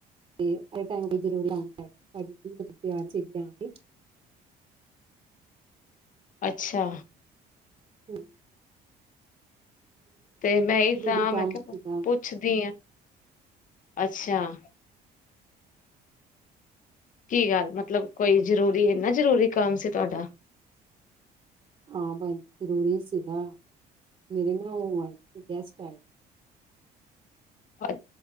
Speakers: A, on the right; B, on the left.
A: ਤੇ ਜ਼ਰੂਰ ਆਦਾ ਹੈ ਤੁ ਮਤਲਬ ਤਿਆਰ ਸੀਗੀ ਆਣ ਦੀ
B: ਅੱਛਾ
A: ਹੂੰ
B: ਤੇ ਮੈਂ ਹੀ
A: ਜ਼ਰੂਰੀ
B: ਤਾਂ
A: ਕੰਮ
B: ਮੈਂ ਕਿਹਾ
A: ਸੀਗਾ
B: ਪੁੱਛਦੀ ਹਾਂ। ਅੱਛਾ। ਕੀ ਗੱਲ ਮਤਲਬ ਕੋਈ ਜ਼ਰੂਰੀ ਇੰਨਾ ਜ਼ਰੂਰੀ ਕੰਮ ਸੀ ਤੁਹਾਡਾ।
A: ਹਾਂ ਭੈਣ ਜ਼ਰੂਰੀ ਸੀਗਾ ਮੇਰੇ ਨਾ ਉਹ ਆਏ ਗੈਸਟ ਆਏ।
B: ਅਛਾ